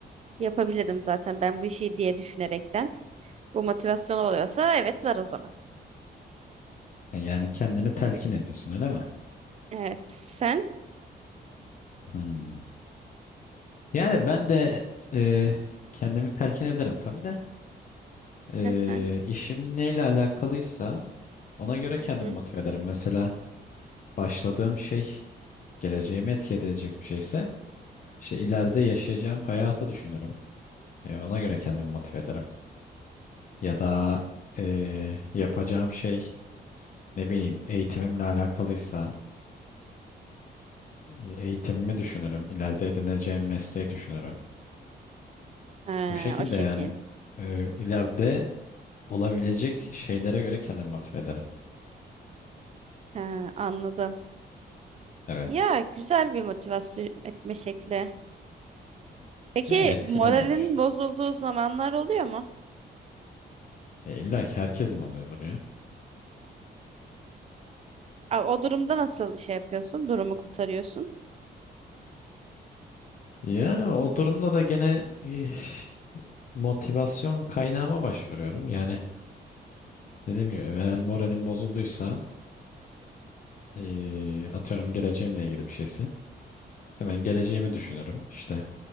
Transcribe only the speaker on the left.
E, Yani kendini telkin ediyorsun öyle mi?
Hmm. Yani ben de e, kendimi telkin ederim tabii de. E,
işim neyle alakalıysa ona göre kendimi
motive ederim. Mesela başladığım şey geleceğimi etki edecek bir şeyse işte ileride yaşayacağım hayatı düşünürüm. E, ona göre kendimi motive ederim. ya da eee, yapacağım şey ne bileyim eğitimimle alakalıysa e, eğitimimi düşünürüm. İleride edineceğim mesleği düşünürüm.
O şekilde
Hmm. yani e, ileride olabilecek şeylere göre kendimi motive ederim.
Evet.
Ya etkili
olduğunu düşünüyorum.
E, illa ki herkesin oluyordur ya.
Yani o durumda da gene eh, motivasyon kaynağıma başvuruyorum. Yani dediğim gibi eğer moralim bozulduysa eh, atıyorum geleceğimle ilgili bir şeyse hemen geleceğimi düşünürüm. İşte